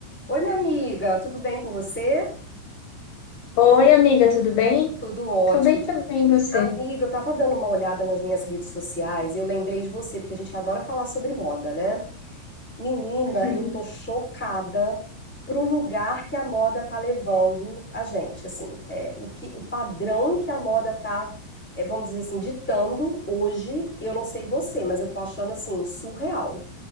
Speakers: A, in the centre; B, on the left.
A: Oi, minha amiga, tudo bem com você?
B: Oi, amiga, tudo bem?
A: Tudo ótimo.
B: Tô bem também, e você?
A: Amiga, eu tava dando uma olhada nas minhas redes sociais e eu lembrei de você, porque a gente adora falar sobre moda, né? Menina,
B: <laughs>
A: eu tô chocada pro lugar que a moda tá levando a gente, assim, é, o que, o padrão que a moda tá, é, vamos dizer assim, ditando hoje, eu não sei você, mas eu tô achando, assim, surreal.